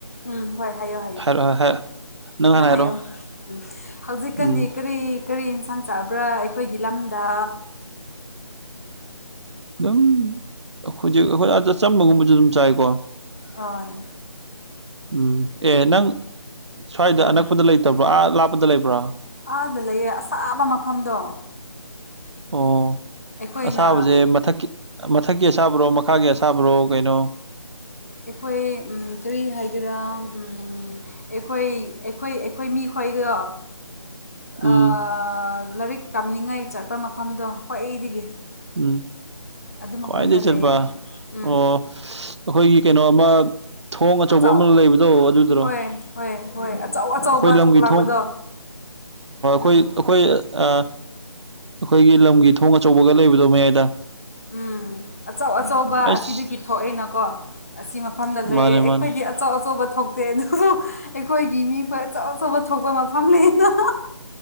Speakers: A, on the left; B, on the right.
A: ꯎꯝ ꯍꯣꯏ ꯍꯥꯏꯌꯣ ꯍꯥꯏꯌꯣ
B: ꯍꯥꯏꯔꯛꯑꯣ ꯍꯥꯏꯔꯛꯑꯣ ꯍꯥꯟꯅ
A: ꯅꯪ
B: ꯍꯥꯏꯔꯛꯑꯣ
A: ꯍꯥꯏꯌꯣ ꯎꯝ ꯍꯧꯖꯤꯛꯀꯥꯟꯗꯤ
B: ꯎꯝ
A: ꯀꯔꯤ ꯀꯔꯤ ꯍꯤꯡꯖꯥꯡ ꯆꯥꯕ꯭ꯔꯥ ꯑꯩꯈꯣꯏꯒꯤ ꯂꯝꯗ
B: ꯑꯗꯨꯝ ꯍꯧꯖꯤꯛ ꯑꯩꯈꯣꯏ ꯆꯝꯕꯒꯨꯝꯕꯖꯨ ꯑꯗꯨꯝ ꯆꯥꯏꯀꯣ
A: ꯑꯣꯏ
B: ꯎꯝ ꯑꯦ ꯅꯪ ꯁ꯭ꯋꯥꯏꯗ
A: ꯎꯝ
B: ꯑꯅꯛꯄꯗ ꯂꯩꯇꯕ꯭ꯔꯣ ꯑꯥ ꯂꯥꯞꯄꯗ ꯂꯩꯕ꯭ꯔꯣ
A: ꯑꯥꯗ ꯂꯩꯌꯦ ꯑꯁꯥꯕ ꯃꯐꯝꯗꯣ
B: ꯑꯣ
A: ꯑꯩꯈꯣꯏꯅ
B: ꯑꯁꯥꯕꯁꯦ ꯃꯊꯛꯀꯤ ꯃꯊꯛꯀꯤ ꯑꯁꯥꯕꯔꯣ ꯃꯈꯥꯒꯤ ꯑꯁꯥꯕꯔꯣ ꯀꯩꯅꯣ
A: ꯑꯩꯈꯣꯏ ꯎꯝ ꯀꯔꯤ ꯍꯥꯏꯒꯦꯔꯥ ꯎꯝ ꯑꯩꯈꯣꯏ ꯑꯩꯈꯣꯏ ꯑꯩꯈꯣꯏ ꯃꯤ ꯈꯣꯏꯗꯣ
B: <inaudible> ꯎꯝ
A: ꯑꯥ ꯂꯥꯏꯔꯤꯛ ꯇꯝꯅꯤꯡꯉꯥꯏ ꯆꯠꯄ ꯃꯐꯝꯗꯣ ꯈ꯭ꯋꯥꯏꯗꯒꯤ
B: ꯎꯝ
A: ꯑꯗꯨ
B: ꯈ꯭ꯋꯥꯏꯗꯒꯤ
A: ꯃꯐꯝꯗ
B: ꯆꯠꯄ
A: ꯂꯩꯌꯦ ꯎꯝ
B: ꯑꯣ ꯑꯩꯈꯣꯏꯒꯤ ꯀꯩꯅꯣꯝ ꯑꯃ ꯊꯣꯡ ꯑꯆꯧꯕ
A: ꯑꯆꯧ
B: ꯑꯃ ꯂꯩꯕꯗꯣ ꯑꯗꯨꯗꯨꯔꯣ
A: ꯍꯣꯏ ꯍꯣꯏ ꯍꯣꯏ ꯑꯆꯧ ꯑꯆꯧꯕ
B: ꯑꯩꯈꯣꯏ ꯂꯝꯒꯤ
A: ꯊꯣꯛꯂꯛꯄꯗꯣ
B: ꯊꯣꯡ
A: ꯎꯝ
B: ꯍꯣꯏ ꯑꯩꯈꯣꯏ ꯑꯩꯈꯣꯏ ꯑ ꯑꯩꯈꯣꯏꯒꯤ ꯂꯝꯒꯤ ꯊꯣꯡ ꯑꯆꯧꯕꯒ ꯂꯩꯕꯗꯣ ꯃꯌꯥꯏꯗ
A: ꯎꯝ ꯑꯆꯧ ꯑꯆꯧꯕ
B: ꯑꯩꯁ
A: ꯑꯁꯤꯗꯒꯤ ꯊꯣꯛꯑꯦꯅꯀꯣ ꯑꯁꯤ ꯃꯐꯝꯗ ꯂꯩꯌꯦ
B: ꯃꯥꯅꯦ
A: ꯑꯩꯈꯣꯏꯗꯤ
B: ꯃꯥꯅꯦ
A: ꯑꯆꯧ ꯑꯆꯧꯕ ꯊꯣꯛꯇꯦ ꯑꯗꯨꯕꯨ ꯑꯩꯈꯣꯏꯒꯤ ꯃꯤꯈꯣꯏ ꯑꯆꯧ ꯑꯆꯧꯕ ꯊꯣꯛꯄ ꯃꯐꯝ ꯂꯩꯌꯦꯅ ꯑꯍꯥꯍꯥꯍꯥ